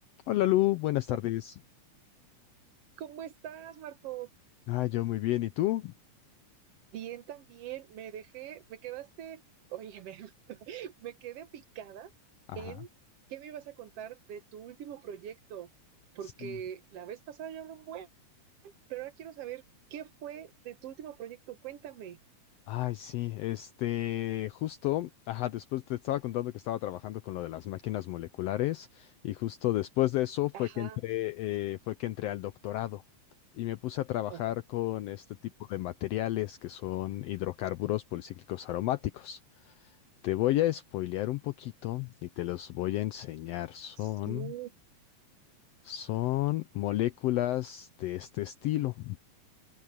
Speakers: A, on the left (about 85°); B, on the right (about 60°).
A: Hola Lu, buenas tardes.
B: Oh, ¿Cómo estás, Marco?
A: Ah, yo muy bien, ¿y tú?
B: Bien, también. Me dejé, me quedaste, oye, me, <laughs> me quedé picada
A: Ajá,
B: en qué me ibas a contar de tu último proyecto, porque
A: sí.
B: la vez pasada yo hablé un buen, pero ahora quiero saber qué fue de tu último proyecto. Cuéntame.
A: Ay, sí, este, justo, ajá, después te estaba contando que estaba trabajando con lo de las máquinas moleculares y justo después de eso fue
B: Ajá,
A: que entré, eh, fue que entré al doctorado y me puse a trabajar
B: ok,
A: con este tipo de materiales que son hidrocarburos policíclicos aromáticos. Te voy a spoilear un poquito y te los voy a enseñar. Son,
B: sí,
A: son moléculas de este estilo.